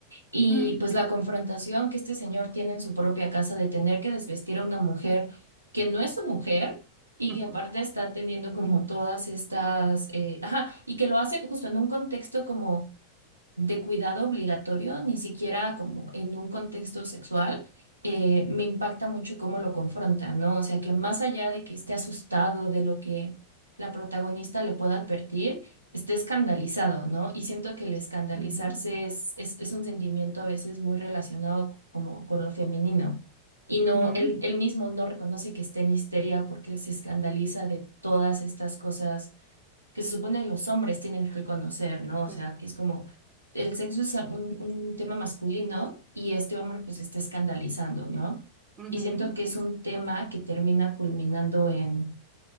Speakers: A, on the right (about 85°); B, on the right (about 20°).
A: y
B: mm,
A: pues la confrontación que este señor tiene en su propia casa de tener que desvestir a una mujer que no es su mujer y
B: <laughs>
A: que aparte está teniendo como todas estas, eh, ajá, y que lo hace justo en un contexto como de cuidado obligatorio, ni siquiera como en un contexto sexual, eh, me impacta mucho cómo lo confronta, ¿no? O sea, que más allá de que esté asustado de lo que la protagonista le pueda advertir, esté escandalizado, ¿no? Y siento que el escandalizarse
B: ujú,
A: es, es, es un sentimiento a veces muy relacionado como con lo femenino. Y no,
B: ujú,
A: él, él mismo no reconoce que esté en histeria porque se escandaliza de todas estas cosas que se supone que los hombres tienen que conocer, ¿no? O sea,
B: ujú,
A: que es como el sexo es un, un tema masculino y este hombre pues está escandalizando, ¿no?
B: ujú,
A: Y siento que es un tema que termina culminando en,